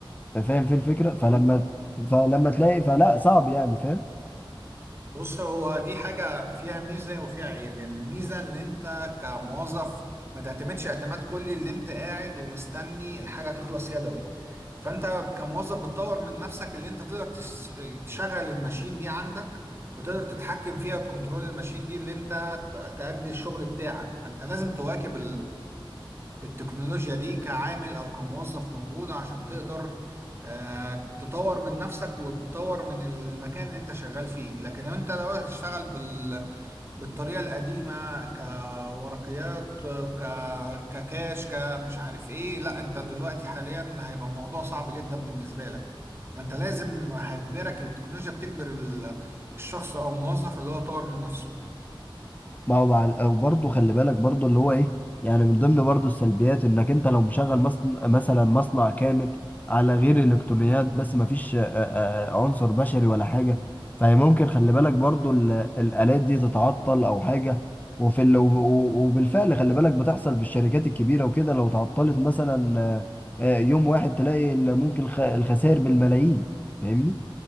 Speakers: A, on the left; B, on the right.
A: فاهم في الفكره فلما فلما تلاقي فلا صعب يعني فاهم
B: بص هو دي حاجة فيها ميزة وفيها عيب يعني الميزة ان انت كموظف ما تعتمدش اعتماد كلي اللي انت قاعد ومستني الحاجة تخلص يدوي فانت كموظف بتطور من نفسك اللي انت تقدر تس- تشغل الماشين دي عندك وتقدر تتحكم فيها وتكنترول الماشين دي اللي انت ت- تأدي الشغل بتاعك فانت لازم تواكب التكنولوجيا دي كعامل او كموظف موجود عشان تقدر آه، تطور من نفسك وتطور من المكان اللي انت شغال فيه لكن لو انت لو هتشتغل بال... بالطريقة القديمة كورقيات آه، ك... ككاش كمش عارف ايه لا انت دلوقتي حاليا هيبقى الموضوع صعب جدا بالنسبة لك فانت لازم هتجبرك التكنولوجيا بتجبر ال- الشخص او الموظف اللي هو يطور من نفسه
A: ما هو مع ال- وبرضه خلي بالك برضه اللي هو ايه يعني من ضمن برضه السلبيات انك انت لو مشغل مصنع مثلا مصنع كامل على غير الالكترونيات بس ما فيش آه، آه، عنصر بشري ولا حاجه فهي ممكن خلي بالك برضه ال- الالات دي تتعطل او حاجه وفي ال... و- و- وبالفعل خلي بالك بتحصل في الشركات الكبيره وكده لو تعطلت مثلا آه، آه، يوم واحد تلاقي ال- ممكن الخ- الخسائر بالملايين فاهمني